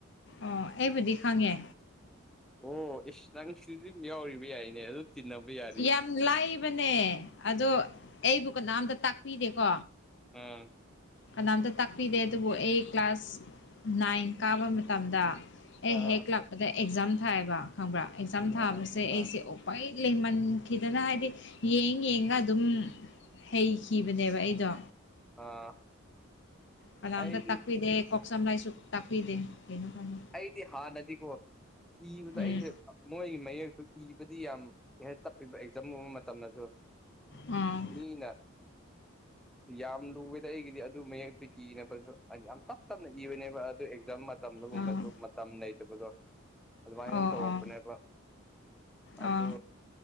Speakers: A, on the left; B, in the centre.
A: ꯑꯣ ꯑꯩꯕꯨꯗꯤ ꯈꯪꯉꯦ
B: ꯑꯣ ꯏꯁ ꯅꯪꯁꯨ ꯑꯗꯨꯝ ꯌꯥꯎꯔꯤꯕ ꯌꯥꯏꯅꯦ ꯑꯗꯨꯝ ꯇꯤꯅꯕ ꯌꯥ
A: ꯌꯥꯝ ꯂꯥꯏꯕꯅꯦ ꯑꯗꯣ ꯑꯩꯕꯨ ꯀꯅꯥꯝꯇ ꯇꯥꯛꯄꯤꯗꯦꯀꯣ
B: ꯑꯪ
A: ꯀꯅꯥꯝꯇ ꯇꯥꯛꯄꯤꯗꯦ ꯑꯗꯨꯕꯨ ꯑꯩ ꯀ꯭ꯂꯥꯁ ꯅꯥꯏꯟ ꯀꯥꯕ ꯃꯇꯝꯗ ꯑꯩ
B: ꯑꯥ
A: ꯍꯦꯛ ꯂꯥꯛꯄꯗ ꯑꯦꯛꯖꯥꯝ ꯊꯥꯏꯌꯦꯕ ꯈꯪꯕ꯭ꯔꯥ ꯑꯦꯛꯖꯥꯝ ꯊꯥꯕꯁꯦ
B: ꯑꯥ
A: ꯑꯩꯁꯦ
B: ꯑꯥ
A: ꯎꯄꯥꯏ ꯂꯩꯃꯟꯈꯤꯗꯅ ꯍꯥꯏꯗꯤ ꯌꯦꯡ ꯌꯦꯡꯉꯒ ꯑꯗꯨꯝ ꯍꯩꯈꯤꯕꯅꯦꯕ ꯑꯩꯗꯣ
B: ꯑꯥ
A: ꯀꯅꯥꯝꯇ
B: ꯑꯩꯗꯤ
A: ꯇꯥꯛꯄꯤꯗꯦ ꯀꯣꯛ ꯁꯝ ꯂꯥꯏꯁꯨ ꯇꯥꯛꯄꯤꯗꯦ ꯀꯩꯅꯣ ꯈꯪꯗꯦ
B: ꯑꯩꯗꯤ ꯍꯥꯟꯅꯗꯤꯀꯣ ꯏꯕꯗꯣ
A: ꯎꯝ
B: ꯑꯩꯁꯦ ꯃꯣꯏꯒꯤ ꯃꯌꯦꯛꯇꯨ ꯏꯕꯗꯤ ꯌꯥꯝ ꯀꯩ ꯍꯥꯢ ꯇꯞꯄꯤꯕ ꯑꯦꯛꯖꯥꯝꯒꯨꯝꯕ ꯃꯇꯝꯗꯁꯨ
A: ꯑꯥ
B: ꯃꯤꯅ ꯌꯥꯝ ꯂꯨꯋꯦꯗ ꯑꯩꯒꯤꯗꯤ ꯑꯗꯨ ꯃꯌꯦꯛꯇꯤ <unintelligible> ꯍꯥꯢꯗꯤ ꯌꯥꯝ ꯇꯞ ꯇꯞꯅ ꯏꯕꯅꯦꯕ ꯑꯗꯨ ꯑꯦꯛꯖꯥꯝ ꯃꯇ ꯇꯝꯗꯒꯨꯝꯕ
A: ꯑꯥ
B: ꯅꯩꯇꯕꯗꯣ ꯑꯗꯨꯃꯥꯏꯟ ꯑꯗꯨꯝ
A: ꯑꯣ
B: ꯇꯧꯔꯛꯄꯅꯦꯕ
A: ꯑꯣ
B: ꯑꯗꯨ
A: ꯑꯥ